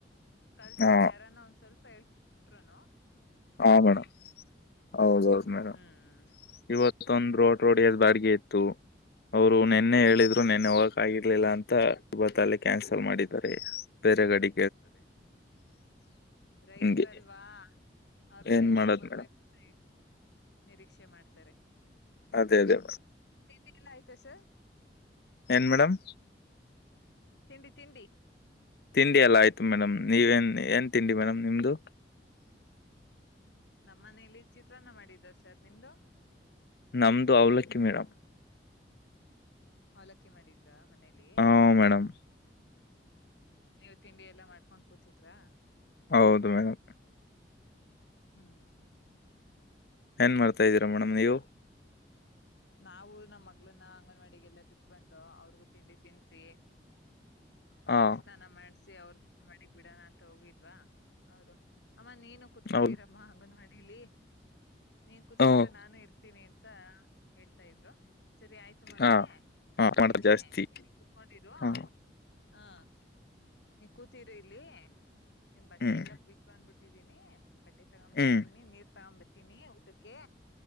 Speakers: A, on the left; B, on the left.
A: ಕಲ್ಸೋ್ರ
B: ಹಾ
A: ಯಾರನ್ನ ಒಂದ್ ಸ್ವಲ್ಪ ಹೇಳ್ಕಬಟ್ರುನು
B: ಹ ಮೇಡಂ ಹೌದೌದು ಮೇಡಂ
A: ಹ್ಮ್
B: ಇವತ್ತೊಂದ್ ರೋಡ್ ರೋಡ್ ಎದ್ ಬಾಡ್ಿಗೆ ಇತ್ತು ಅವರು ನೆನ್ನೆ ಹೇಳಿದ್ರು
A: ಹಾ
B: ನೆನ್ನೆ ಹೋಗಕ ಆಗಿರ್ಲಿಲ್ಲ ಅಂತ ಇವತ ಅಲ್ಲಿ ಕ್ಯಾನ್ಸಲ್ ಮಾಡಿದ್ದಾರೆ. ಬೇರೆಗಾಡಿ.
A: ರೈತ್ರಲ್ವಾ.
B: ಹಿಂಗೆ
A: ಅವರು
B: ಏನ್
A: ಟೈಮಗ್
B: ಮಾಡೋದ್
A: ಬರ್ಬೇಕಂತ
B: ಮೇಡಮ್
A: ನಿರೀಕ್ಷೆ ಮಾಡ್ತಾರೆ.
B: ಅದೇ ಅದೇ
A: ತಿಂಡಿಗಳ ಆಯ್ತಾ ಸರ್.
B: ಏನ್ ಮೇಡಮ್.
A: ತಿಂಡಿ ತಿಂಡಿ.
B: ತಿಂಡಿ ಎಲ್ಲ ಆಯ್ತು ಮೇಡಮ್ ನೀವೇನ್ ಏನ್ ತಿಂಡಿ ಮೇಡಮ್ ನಿಮ್ದು.
A: ನಮ್ಮ ಮನೇಲಿ ಚಿತ್ರಾನ್ನ ಮಾಡಿದ ಸರ್ ನಿಮ್ದು.
B: ನಮದುು ಅವ್ಲಕ್ಕಿ ಮೇಡಮ್.
A: ಅವಲಕ್ಕಿ ಮಾಡಿದ್ರಾ ಮನೇಲಿ.
B: ಹಾ ಮೇಡಮ್
A: ನೀವು್ ತಿಂಡಿ ಎಲ್ಲಾ ಮಾಡ್ಕೊಂಡ್ ಕೂತಿದ್ರಾ.
B: ಹೌದು ಮೇಡಂ.
A: ಹ್ಮ್
B: ಏನ್ ಮಾಡ್ತಾ
A: ಸರಿ
B: ಇದ್ದೀರಾ ಮೇಡಮ್
A: ಸರ್
B: ನೀವು.
A: ಮತ್ತೆ ನಾವು ನಮ್ಮ್ ಮಗಳನ್ನ ಅಂಗನವಾಡಿಗೆಲ್ಲ ಬಿಟ್ ಬಂದೋ ಅವ್ರಿಗೂ ತಿಂಡಿ ತಿನ್ಸಿ.
B: ಹಾ
A: ಸ್ನಾನ ಮಾಡ್ಸಿ ಅವ್ರ ಅಂಗನವಾಡಿ ಬಿಡಣ ಅಂತ ಹೋಗಿದ್ವಾ ಅವ್ರು. ಅಮ್ಮ ನೀನು ಕುೂತ್ಕೊಂಡಿರಮ್ಮ
B: ಹೌದು
A: ಅಂಗನವಾಡಿಲಿ. ನೀನ್ ಕುೂತ್ಕೊಂಡ್ರೆ
B: ಹ್ಮ್,
A: ನಾನು ಇರ್ತೀನಿ ಅಂತ. <unintelligible> ಇದ್ರು ಸರಿ ಆಯ್ತು ಮಗ್ಳೇ
B: ಹಾ ಹಾ
A: ಬರ್ತೀನಿ
B: ಮಾಡೋದು ಜಾಸ್ತಿ
A: ಇಲ್ಲಿ ಕುತ್ಕೊಂಡಿರುವ.
B: ಹಾ
A: ಹಾ ನೀ ಕೂತರಿ ಇಲ್ಲಿ ನಿಮ್ ಬಟ್ಟೆ
B: ಹ್ಮ್
A: ಎಲ್ಲಾ ಬಿಟ್ ಬಂದ್ ಬಿಟ್ಟಿದೀನಿ. ಬಟ್ಟೆ ತಗೊಂಡ್
B: ಹ್ಮ್
A: ಬರ್ತೀನಿ ನೀರ್ ತಗೊಂಬರ್ತೀನಿ ಊಟಕ್ಕೆ.